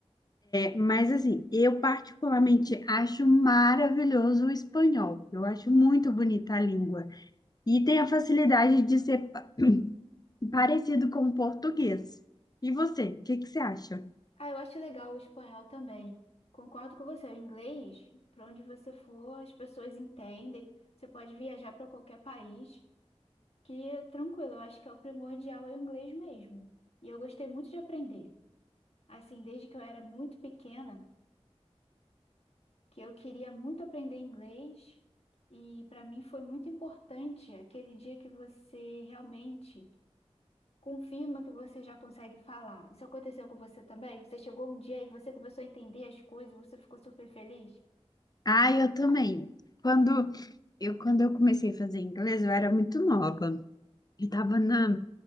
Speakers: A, on the left; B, on the left.
A: Mas assim, eu particularmente acho maravilhoso o espanhol. Eu acho muito bonita a língua. E tem a facilidade de ser pa- parecido com o português. E você, o que que você acha?
B: Ah, eu acho legal o espanhol também. Concordo com você, o inglês, para onde você for, as pessoas entendem. Você pode viajar para qualquer país, que tranquilo, eu acho que é o primordial é o inglês mesmo. E eu gostei muito de aprender. Assim, desde que eu era muito pequena, que eu queria muito aprender inglês e para mim foi muito importante aquele dia que você realmente confirma que você já consegue falar. Isso aconteceu com você também? Você chegou um dia e você começou a entender as coisas, você ficou super feliz?
A: Ah, eu também. Quando eu, quando eu comecei a fazer inglês, eu era muito nova. Eu tava na...